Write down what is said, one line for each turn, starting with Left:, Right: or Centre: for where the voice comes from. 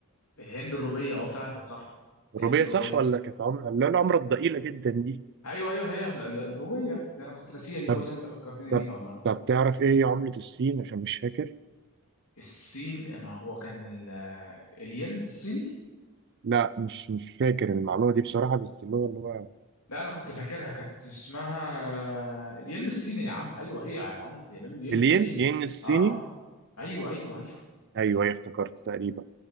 Left: الهند الروبيه اه فعلا صح الهند
Right: الروبيه
Left: الروبيه
Right: صح ولا كانت عمله اللي هي العمله الضئيله جدا دي
Left: ايوه ايوه هي ال- ال- الروبيه ده انا كنت ناسيها دي كويس
Right: طب
Left: إن انت فكرتني
Right: طب
Left: بيها والله
Right: طب تعرف ايه هي عملة الصين عشان مش فاكر
Left: الصين آه، ما هو كان ال... آه، الين الصيني
Right: لا مش مش فاكر المعلومة دي بصراحة بس اللي هو اللي هو
Left: لا انا كنت فاكرها كانت اسمها آه، الين الصيني يا عم ايوه هي عمله اليابان الين
Right: الين
Left: الصيني
Right: ين الصيني
Left: اه اه ايوه ايوه
Right: ايوه ايوه افتكرت تقريبا